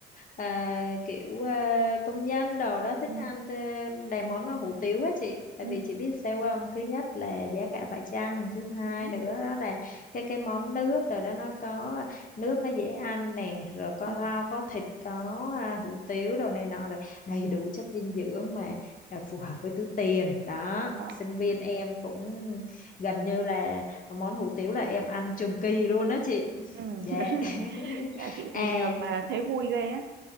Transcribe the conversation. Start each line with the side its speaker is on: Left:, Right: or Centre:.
Left: à, kiểu à, công nhân đồ đó thích
Right: Ừ.
Left: ăn à, là món hủ tiếu á chị. Tại
Right: Ừ.
Left: vì chị biết sao không? Thứ nhất là giá cả phải chăng, thứ hai
Right: đúng
Left: nữa đó là cái cái món nước rồi đó nó có nước nó dễ ăn nè, rồi có
Right: ừ.
Left: rau, có thịt, có à, hủ tiếu đồ này nọ rồi đầy đủ chất dinh dưỡng mà à, phù hợp với túi tiền đó
Right: đúng rồi
Left: sinh viên em cũng gần như là món hủ tiếu là em ăn trường kỳ luôn đó chị
Right: ừ.
Left: dạ
Right: <laughs>
Left: <laughs>
Right: nhà chị
Left: à
Right: tìm được mà thấy vui ghê á